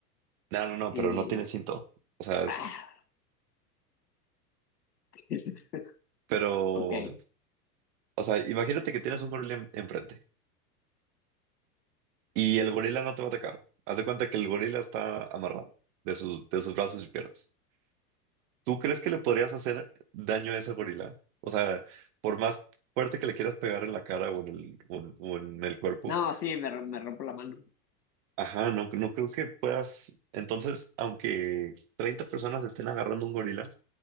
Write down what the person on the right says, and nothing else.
No, no, no,
pero no tiene cinto. O sea, es,
pero,
o sea, imagínate que tienes un gorila en- enfrente y el gorila no te va a atacar. Haz de cuenta que el gorila está amarrado de sus, de sus brazos y piernas. ¿Tú crees que le podrías hacer daño a ese gorila? O sea, por más fuerte que le quieras pegar en la cara o en el, o en, o en el cuerpo,
ajá, no, no creo que puedas. Entonces, aunque 30 personas estén agarrando un gorila